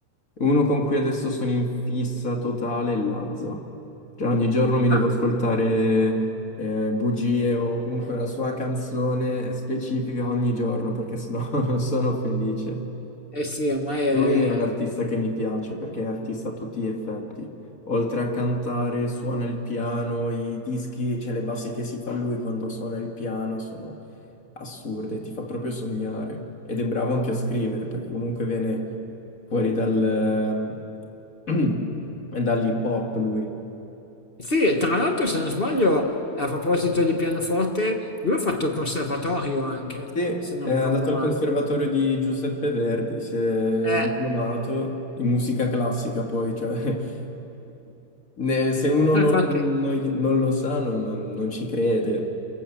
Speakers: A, on the left; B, on the left.
A: uno con cui adesso sono in fissa totale è Lazza. Cioè ogni giorno mi
B: Ah,
A: devo ascoltare eh, bugie o comunque la sua canzone specifica ogni giorno, perché sennò <laughs> non sono felice.
B: eh sì, ormai è,
A: Lui è un artista che mi piace perché è artista a tutti gli effetti. Oltre a cantare, suona il piano, i dischi, cioè le bassi che si fa lui quando suona il piano sono assurde, ti fa proprio sognare. Ed è bravo anche a scrivere perché comunque viene fuori dal, ehm, <clears throat> dall'hip hop lui.
B: Sì, e tra l'altro se non sbaglio, a proposito di pianoforte, lui ha fatto il conservatorio anche,
A: Sì,
B: se non
A: è
B: ricordo
A: andato
B: male.
A: al Conservatorio di Giuseppe Verdi, si è
B: Eh,
A: diplomato in musica classica, poi, cioè, <laughs> ne- se uno
B: infatti,
A: non, non gli- non lo sa, non, non- non ci crede,